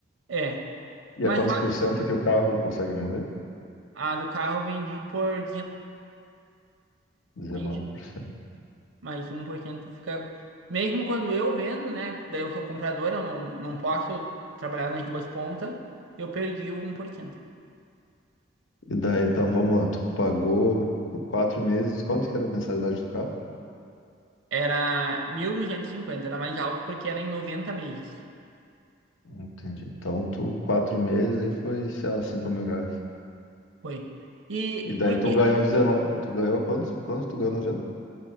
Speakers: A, on the right; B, on the left.
A: É,
B: E
A: mas
B: a quantos
A: só que
B: por cento que o carro consegue vender?
A: a do carro eu vendi por 19%.
B: dezenove
A: 20,
B: por cento.
A: mais um por cento fica. Mesmo quando eu vendo, né? Porque Daí eu sou comprador, eu não, não posso trabalhar nas duas pontas, eu perdi o um por cento.
B: E daí, então vamos lá, tu pagou quatro meses, quanto que era a mensalidade do carro?
A: Era mil duzentos e cinquenta era mais alto porque era em 90 meses.
B: Entendi. Então, tu, quatro meses aí foi, sei lá, 5 mil reais.
A: Foi. E
B: E daí
A: porque
B: tu ganhou 19, tu ganhou quantos, quantos tu ganhou na venda?